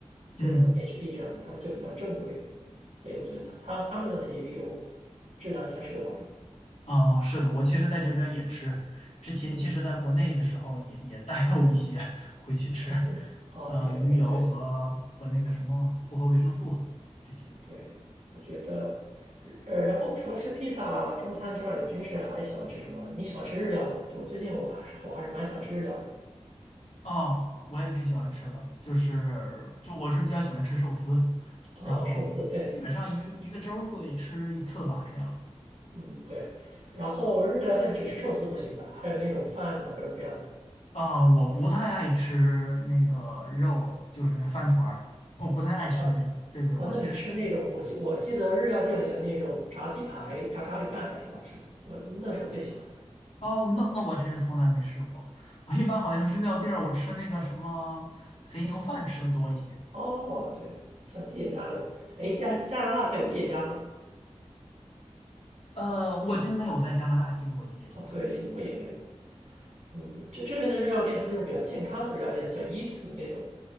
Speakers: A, on the right; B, on the left.
A: 就是什么
B: 嗯，
A: HB 这样的，他们就比较正规，所以我觉得他他他们的那些鱼油质量应该是有保证的。
B: 啊，是的，我其实在这边也吃，之前其实在国内的时候也也代购一些
A: 嗯，
B: <laughs> 回去吃，
A: 啊对，啊对，
B: 呃，鱼油和和那个什么复合维生素这些。
A: 我觉得对，我觉得呃，然后除了吃披萨中餐之外，你平时还喜欢吃什么？你喜欢吃日料吗？就我最近我还是我还是蛮喜欢吃日料的。
B: 哦，我也挺喜欢吃的，就是就我是比较喜欢吃寿司，
A: 呃，
B: 然后基本上一个一个周儿会吃一次吧，
A: 寿司对，
B: 这样。
A: 嗯对，然后日料但只吃寿司不行吧？还有那种饭的各种各样的。
B: 啊、我不太爱吃那个肉，就是那饭团儿，我不太爱吃那种。
A: 哦，饭
B: 对对，
A: 哦，
B: 我其实
A: 那你吃那种，我记我记得日料店里的那种炸鸡排炸咖喱饭还挺好吃的，我那是我最喜欢的。
B: 哦，那那我真是从来没试过。我一般好像是撂地儿，我吃那个什么肥牛饭吃的多一些。
A: 哦，对，像吉野家那种，哎，加加拿大它有吉野家吗？
B: 呃，我真没有在加拿大进过吉野家。
A: 哦，对，英国也没有。嗯，这这边的日料店是那种比较健康的日料店，叫伊茨那种，